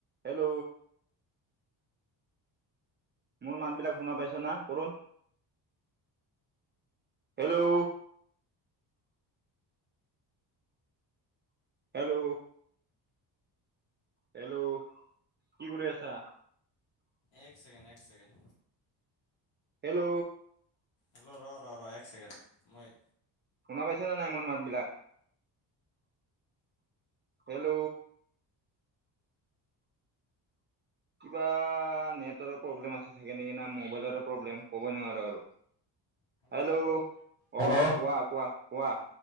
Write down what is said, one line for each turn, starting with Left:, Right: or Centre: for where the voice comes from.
Right: Hello. মোৰ মাত বিলাক শুনা পাইছ না কৰোন, হেল্ল'। হেল্ল'। হেল্ল' কি কৰি আছা?
Left: এক চছেকেণ্ড এক চছেকেণ্ড।
Right: হেল্ল'।
Left: হেল্ল' ৰ ৰ ৰ এক ছেকেণ্ড মই।
Right: শুনা পাইছে নে নাই মোৰ মাত বিলাক। হেল্ল'। কিবা নেটৱৰ্কৰ প্ৰব্লেম আছে ছাগে নেকি, না ম'বাইলৰে প্ৰব্লেম ক'বই নোৱাৰোঁ আৰু। হেল্ল' আহ
Left: হেল্ল'
Right: কোৱা কোৱা কোৱা।